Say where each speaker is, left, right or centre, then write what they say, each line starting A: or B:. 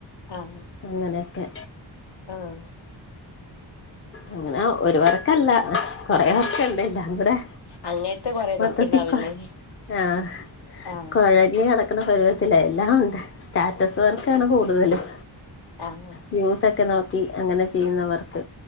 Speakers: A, on the left (about 65°); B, on the left (about 30°).
A: ആഹ്
B: അങ്ങനെയെക്കെ
A: ആഹ്
B: അങ്ങനെ ഒരു വർക്കല്ല കൊറേ വർക്ക്ണ്ട് <unintelligible>
A: അങ്ങനത്തെ കൊറെ
B: മൊത്തത്തി
A: നോക്കണ്ടാവില്ലേ
B: കൊഴ ആഹ്
A: ആഹ്
B: കൊഴഞ്ഞട ക്ക്ണെ പരുവത്തിലെ എല്ലാം ഉണ്ട് സ്റ്റാറ്റസ് വർക്കാണ് കൂടുതലും
A: ആഹ്
B: വ്യൂസൊക്കെ നോക്കി അങ്ങനെ ചെയ്യ്ന്ന വർക്ക്